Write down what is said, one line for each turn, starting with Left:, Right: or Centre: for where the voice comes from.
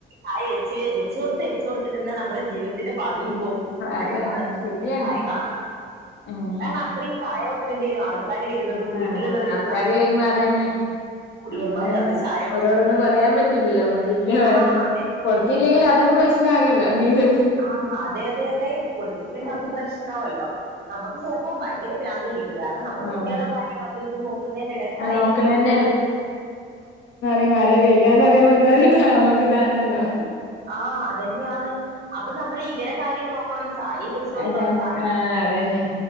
Right: ായ വെച്ച് വെച്ച് കൊടുത്ത് വച്ചുക കൊടുത്തിട്ട്ന്നെ നമ്മുടെ ജീവിത ന്റെ പതിയുമ്പോ അ
Left: അതന്നെ ശരിയാണ്
Right: ചായ കാണ
Left: ഏഹ്
Right: കാരണം അത്രയും ചായ വേണ്ട ആൾക്കാാര് വരുന്നത് വീട്ടിലുള്ളവര്
Left: ആഹ് ആൾക്കാര് വരുമ്പോ അതന്നെ
Right: ടിയമാര്
Left: നമ്മളിങ്ങനെ
Right: അവസായം
Left: ഓരോടൊന്നും പറയാൻ പറ്റില്ലല്ലോ നമ്മുക്ക് ഇല്ല
Right: ആഹ്
Left: കൊടുത്തില്ലെങ്കിൽ അതും പ്രശ്ന ആകല്ല ജീവിത
Right: ആഹ അതെ അതെ അതെ കൊടുത്തിട്ടില്ലെങ്കിൽ
Left: ആഹ്
Right: അതും പ്രശ്നവല്ലോ നമ്മുക്ക് ചിലപ്പോ ഇ്രാന് കാരണം നമ്മൾ
Left: ആഹ്
Right: കുട്ടികളുടെ കാര്യം അത് ഇത് നോക്കുന്നതിനി ഇടക്കായിരിക്കും
Left: ആഹ് നോക്കണേന്റെ
Right: ഇവടെ
Left: മര വകയാന്ന് പറിയുമ്പോ ഇതാട്ടോ നമ്മക്ക ഇതാണല്ലോ
Right: ആഹ അതന്നെയാണ് അപ്പൊ നമ്മൾ ഇവരെ കാര്യം നോക്കണം ചായ വെച്ച കൊടുക്കണം
Left: അതെ
Right: ചായ
Left: ആഹ് അതന്നെ